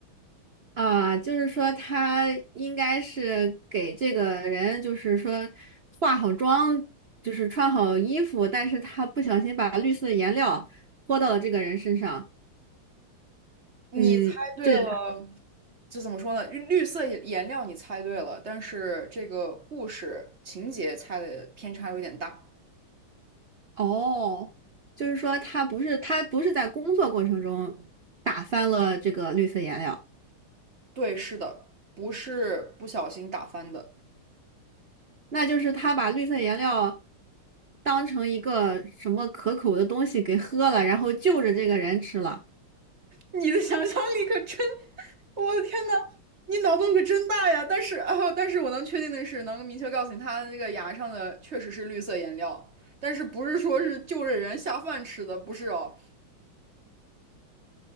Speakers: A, on the right; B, on the right.
A: 啊、就是说他应该是给这个人就是说化好妆，就是穿好衣服，但是他不小心把绿色的颜料泼到了这个人身上，
B: 你猜对了，
A: 嗯，这是
B: 就怎么说呢？绿绿色颜颜料你猜对了，但是这个故事情节猜的偏差有点大。
A: 他哦，就是说他不是他不是在工作过程中打翻了这个绿色颜料。
B: 对，是的，不是不小心打翻的。
A: 那就是他把绿色颜料当成一个什么可口的东西给喝了，然后就着这个人吃了。
B: 你的想象力可真，<laughs> 我的天呐，你脑洞可真大呀！但是，哦，但是我能确定的是，能明确告诉你，他那个牙上的确实是绿色颜料，但是不是说是就着人下饭吃的，不是哦。